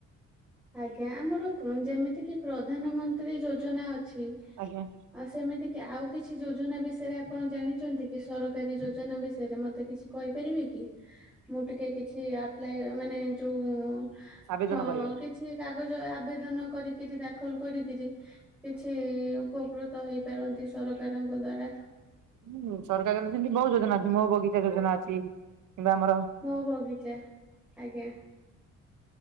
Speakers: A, in the centre; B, on the right.
A: ଆଜ୍ଞା ଆମର ପ ଯେମିତିକିି ପ୍ରଧାନମନ୍ତ୍ରୀ ଯୋଜନା ଅଛି।
B: ଆଜ୍ଞା।
A: ଆଉ ସେମିତି କି ଆଉ କିଛି ଯୋଜନା ବିଷୟରେ ଆପଣ ଜାଣିଚନ୍ତି କି ସରକାରୀ ଯୋଜନା ବିଷୟରେ ମତେ କିଛି କହିପାରିବେ କି, ମୁଁ ଟିକେ କିଛି ଆପ୍ଲାଏ ମାନେ ଯୋଉ
B: ଆବେଦନ
A: ହଁ
B: କରିବେ।
A: କିଛି କାଗଜ ଆବେଦନ କରିକିରି ଦାଖଲ କରିକିରି କିଛି ଉପକୃତ ହେଇପାରନ୍ତି ସରକାରଙ୍କ ଦ୍ଵାରା
B: ହୁଁଉଁ-ଉଁ, ସରକାରଙ୍କ ସେମିତି ବହୁତ ଯୋଜନା ଅଛି ମୋ ବଗିଚା ଯୋଜନା ଅଛି, କିମ୍ବା ଆମର
A: ମୋ ବଗିଚା, ଆଜ୍ଞା।